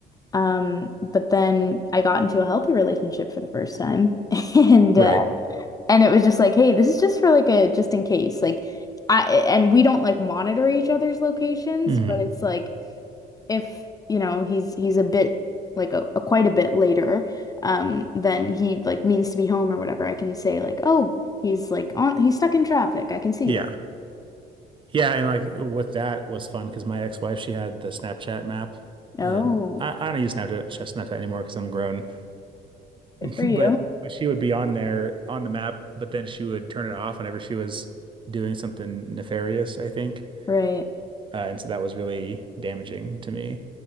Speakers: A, on the left (about 20°); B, on the right (about 30°).
A: Um, but then I got into a healthy relationship for the first time, <laughs> and
B: Right.
A: uh, and it was just like, hey, this is just for like a just in case, like I and we don't like monitor each other's locations,
B: hmm
A: but it's like if you know he's he's a bit like a, a quite a bit later um then he like means to be home or whatever I can say like oh he's like on he's stuck in traffic I can see
B: Yeah.
A: that
B: Yeah, and like with that was fun because my ex-wife she had the Snapchat map,
A: oh
B: and I, I don't use Snapchat Snapchat anymore because I'm grown.
A: good for
B: But
A: you
B: but she would be on there on the map, but then she would turn it off whenever she was doing something nefarious, I think.
A: right
B: Uh, and so that was really damaging to me.